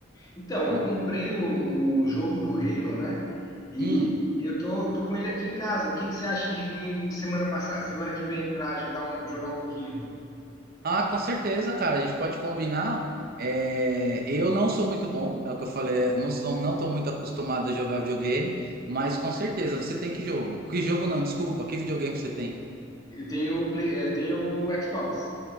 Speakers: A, on the left (about 20°); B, on the right (about 50°).
A: Então, eu
B: Hum.
A: comprei o, o jogo do Halo, né? E
B: hum.
A: eu tô, tô com ele aqui em casa. O que que você acha de vir em semana passada, semana que vem para ajudar um, jogar um pouquinho?
B: Ah, com certeza, cara. A gente pode combinar. É, eu não sou muito bom, é o que eu falei. é, Não sou, não tô muito acostumado a jogar videogame, mas com certeza você tem que jogo. Que jogo não? Desculpa. Que videogame você tem?
A: Eu tenho o Play, eh, tenho o Xbox.